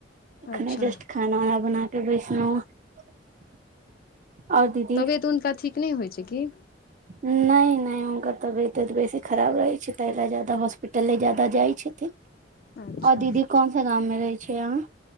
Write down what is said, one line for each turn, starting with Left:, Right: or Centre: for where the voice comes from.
Right: एखने
Left: अच्छा
Right: जस्ट खाना उना बना कऽ बैसलहुँ आओर दीदी
Left: तबियत हुनका ठीक नहि होइ छै की
Right: नहि नहि हुनकर तबियतेऽ बेसी खराब रहैत छै ताहि ल जादा हॉस्पिटले जादा जाइत छथिन आओर
Left: अच्छा
Right: दीदी कोनस गाम में रहै छै यहाँ